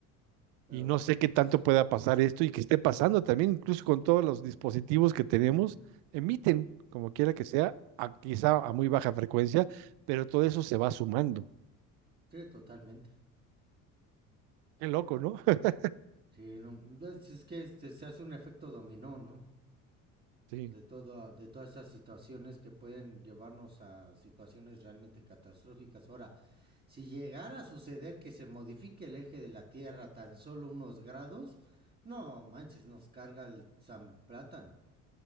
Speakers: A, on the right; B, on the right.
A: Pero,
B: y no sé
A: pues,
B: qué tanto pueda pasar esto y que esté pasando también, incluso con todos los dispositivos que tenemos, emiten, como quiera que sea, a- quizá a muy baja frecuencia, pero todo eso se va sumando.
A: sí, totalmente.
B: Qué loco, ¿no? <laughs>
A: Sí, no, es, es que este, se hace un efecto dominó, ¿no?
B: Sí.
A: De, todo, de todas esas situaciones que pueden llevarnos a situaciones realmente catastróficas. Ahora, si llegara a suceder que se modifique el eje de la Tierra tan solo unos grados, no manches, nos carga el San Plátano.